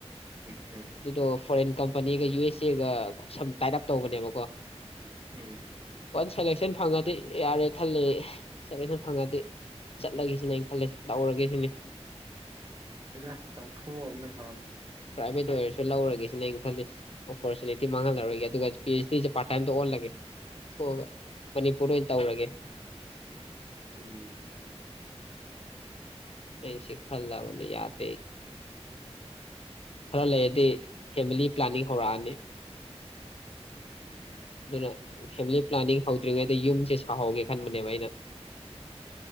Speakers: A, on the right; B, on the left.
A: ꯎꯝ
B: ꯑꯗꯨꯗꯣ ꯐꯣꯔꯦꯟ ꯀꯝꯄꯅꯤꯒ ꯌꯨ ꯑꯦꯁ ꯑꯦꯒ ꯁꯝ ꯇꯥꯏꯠ ꯑꯞ ꯇꯧꯕꯅꯦꯕꯀꯣ
A: ꯎꯝ
B: ꯁꯦꯂꯦꯛꯁꯟ ꯐꯪꯉꯗꯤ ꯌꯥꯔꯦ ꯈꯜꯂꯤ ꯁꯦꯂꯦꯛꯁꯟ ꯐꯪꯉꯗꯤ ꯆꯠꯂꯒꯦꯁꯤꯅꯦ ꯑꯩꯅ ꯈꯜꯂꯁꯤ ꯇ ꯂꯧꯔꯒꯦ ꯁꯤꯅꯦ
A: ꯍꯗ ꯇꯥꯎꯊꯣꯛꯑꯕꯅ ꯐꯪꯅꯤ
B: ꯄ꯭ꯔꯥꯏꯚꯦꯠ ꯑꯣꯏꯔꯁꯨ ꯂꯧꯔꯒꯦꯁꯤꯅ ꯑꯩꯅ ꯈꯜꯂꯤ ꯑꯣꯄꯣꯔꯆꯨꯅꯤꯇꯤ ꯃꯥꯡꯍꯜꯂꯔꯣꯏꯒꯦ ꯑꯗꯨꯒ ꯄꯤ ꯑꯩꯆ ꯗꯤꯁꯦ ꯄꯥꯔꯠ ꯇꯥꯏꯝꯗ ꯑꯣꯜꯂꯒꯦ ꯊꯣꯛꯑꯒ ꯃꯅꯤꯄꯨꯔ ꯑꯣꯏꯅ ꯇꯧꯔꯒꯦ
A: ꯎꯝ
B: ꯑꯩ ꯁꯤ ꯈꯜꯗꯕꯅꯤ ꯌꯥꯗ꯭ꯔꯦ ꯍꯔ ꯂꯩꯦ ꯍꯥꯏꯗꯤ ꯐꯦꯃꯤꯂꯤ ꯄ꯭ꯂꯥꯟꯅꯤꯡ ꯍꯧꯔꯅꯤ ꯑꯗꯨꯅ ꯐꯦꯃꯤꯂꯤ ꯄ꯭ꯂꯥꯅꯤꯡ ꯍꯧꯗ꯭ꯔꯤꯉꯩꯗ ꯌꯨꯝꯁꯦ ꯁꯥꯍꯧꯒꯦ ꯈꯟꯕꯅꯦꯕ ꯑꯩꯅ